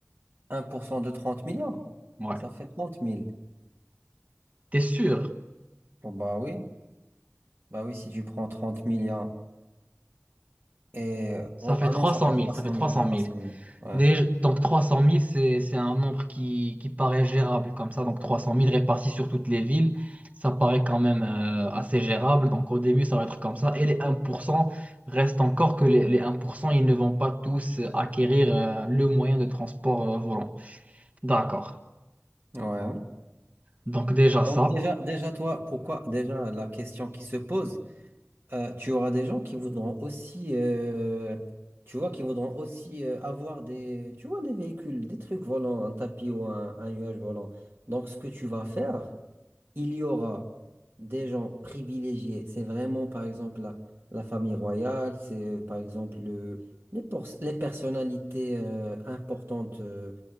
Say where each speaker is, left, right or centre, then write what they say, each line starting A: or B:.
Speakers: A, on the right; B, on the right.
A: un pour cent de 30 millions,
B: Ouais.
A: ça fait trente mille
B: T'es sûr?
A: Bon, bah oui, bah oui, si tu prends 30 millions et... euh,
B: Ça
A: ouais,
B: fait
A: ah
B: 300
A: non, ça fait trois
B: 000, ça
A: cent
B: fait 300
A: mille trois
B: 000.
A: cent mille Ouais.
B: Déjà- donc trois cent mille c'est, c'est un nombre qui, qui paraît gérable comme ça. Donc trois cent mille répartis sur toutes les villes, ça paraît quand même euh, assez gérable. Donc au début, ça va être comme ça. Et les un pour cent reste encore que les, les un pour cent ils ne vont pas tous euh, acquérir euh, le moyen de transport euh, volant. D'accord.
A: Ouais.
B: Donc déjà
A: Donc
B: ça,
A: déjà, déjà, toi, pourquoi, déjà, la question qui se pose, euh, tu auras des gens qui voudront aussi, euh, tu vois, qui voudront aussi euh, avoir des, tu vois, des véhicules, des trucs volants, un tapis ou un, un nuage volant. Donc, ce que tu vas faire, il y aura des gens privilégiés. C'est vraiment, par exemple, la, la famille royale, c'est, euh, par exemple, le- les, por- les personnalités euh, importantes euh,